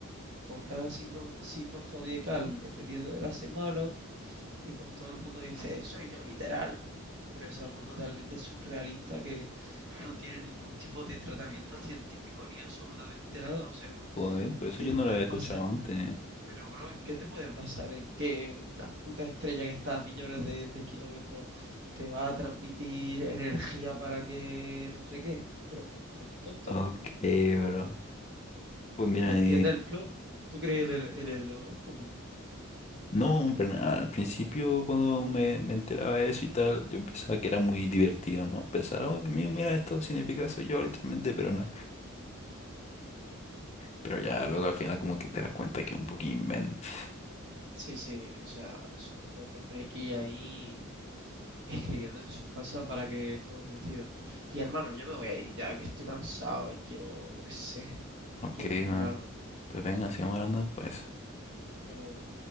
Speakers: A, on the right; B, on the left.
A: por cada signo, signo zodiacal, dependiendo de la semana, y pues todo el mundo dice, soy yo, literal. Pero es algo totalmente surrealista que no tiene ningún tipo de tratamiento científico ni absolutamente nada. O sea,
B: Joder, pues
A: ¿en qué
B: eso yo
A: te
B: no
A: puedes
B: lo había escuchado
A: basar?
B: antes, ¿eh?
A: Pero, bro, ¿en qué te puedes basar? ¿En que una puta estrella que está a millones de, de kilómetros te va a transmitir energía para que no sé qué? Bro, estamos tontos.
B: Ok, bro. Pues mira,
A: O sea, entiende
B: eh,
A: el flow. ¿Tú crees en el, en el horóscopo?
B: no, en plan, al principio cuando me, me enteraba de eso y tal, yo pensaba que era muy divertido, ¿no? Pensar, oh, Dios mío, mira, esto significa soy yo literalmente, pero no. Pero ya luego al final como que te das cuenta que es un poquito invento.
A: Sí, sí, o sea, son cuatro frikis ahí <laughs> escribiendo en su casa para que todo coincida. Y hermano, yo me voy a ir ya que estoy cansado y quiero, yo qué sé,
B: Ok,
A: quiero comer
B: man.
A: algo.
B: Pues venga, sigamos hablando después.
A: Hasta luego.